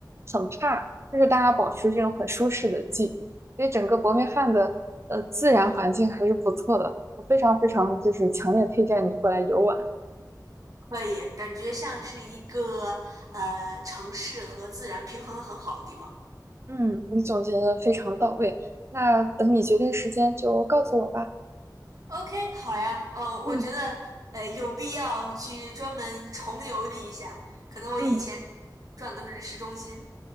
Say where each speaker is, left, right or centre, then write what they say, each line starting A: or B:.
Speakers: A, on the right; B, on the right.
A: 很怕，就是大家保持这种很舒适的距离，所以整个伯明翰的呃自然环境还是不错的，我非常非常就是强烈推荐你过来游玩。
B: 可以，感觉像是一个呃城市和自然平衡的很好的地方。
A: 嗯，你总结的非常到位，那等你决定时间就告诉我吧。
B: OK，好呀，呃，我觉得呃有必要去专门重游一下，
A: 嗯
B: 可能我以前转的都是市中心，
A: 嗯。